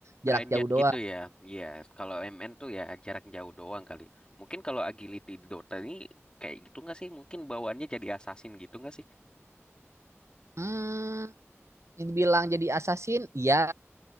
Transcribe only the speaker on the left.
Ranged
gitu ya. Iya, kalau MN tuh ya jarak jauh doang kali. Mungkin kalau agility di Dota ini kayak gitu nggak sih? Mungkin bawaannya jadi assassin gitu nggak sih?